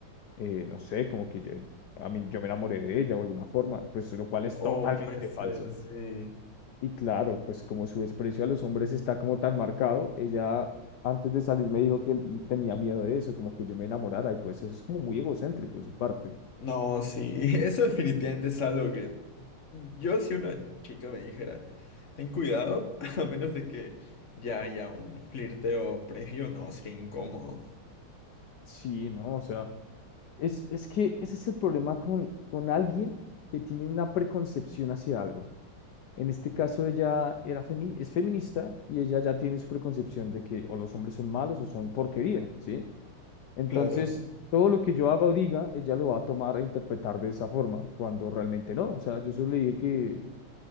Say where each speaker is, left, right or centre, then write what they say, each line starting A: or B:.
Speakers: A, on the left; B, on the left.
A: eh, no sé, como que yo, a mí, yo me enamoré de ella o alguna forma, pues lo cual es
B: O
A: totalmente
B: puede ser,
A: falso.
B: sí.
A: Y claro, pues como su desprecio a los hombres está como tan marcado, ella antes de salir me dijo que l- tenía miedo de eso, como que yo me enamorara, y pues eso es como muy egocéntrico de su parte.
B: No, sí. <laughs> Eso definitivamente es algo que yo si una chica me dijera, ten cuidado, <laughs> a menos de que ya haya un flirteo previo, no, sería incómodo.
A: Sí, ¿no? O sea, es, es que ese es el problema con, con alguien que tiene una preconcepción hacia algo. En este caso ella era femi- es feminista y ella ya tiene su preconcepción de que o los hombres son malos o son porquería, ¿sí? Entonces,
B: Claro.
A: todo lo que yo haga o diga, ella lo va a tomar e interpretar de esa forma, cuando realmente no. O sea, yo solo le dije que